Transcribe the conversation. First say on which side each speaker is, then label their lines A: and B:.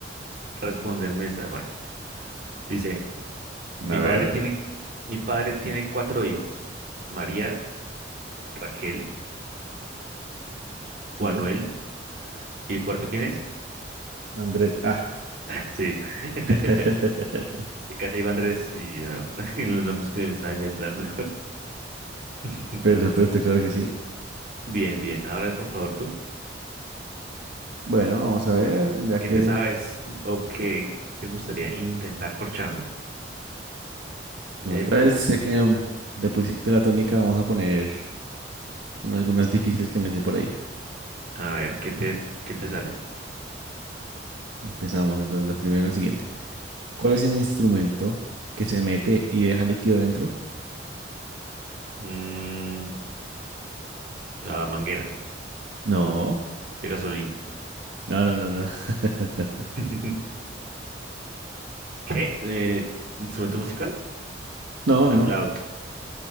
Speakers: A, on the right (about 50°); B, on the right (about 80°).
A: responderme esta, Juan. Dice, mi
B: A
A: padre
B: ver.
A: tiene, mi padre tiene cuatro hijos. María, Raquel,
B: Sí.
A: Juanuel, ¿y el cuarto quién es?
B: Andrés. Ah.
A: Ah, Sí. <laughs>
B: <laughs>
A: Y casi digo Andrés y no, <laughs> los nombres que me estaba inventando. <laughs>
B: Por supuesto, claro que sí.
A: Bien, bien. Ahora, por favor, tú,
B: Bueno, vamos a
A: ¿con
B: ver, ya
A: qué
B: que,
A: te sabes o qué te gustaría intentar corcharme?
B: bueno,
A: El,
B: esta vez, ya que mm, te pusiste la tónica, vamos a poner un- algunas difíciles que me sé por ahí.
A: a ver, ¿qué te, qué te sale?
B: Empezamos, entonces, la primera la siguiente. ¿Cuál es el instrumento que se mete y deja líquido dentro?
A: Mm, la manguera
B: No,
A: de gasolina.
B: no, no, no, no. <laughs>
A: <laughs> ¿Qué? Eh, ¿instrumento musical?
B: No, no,
A: La
B: no,
A: flauta.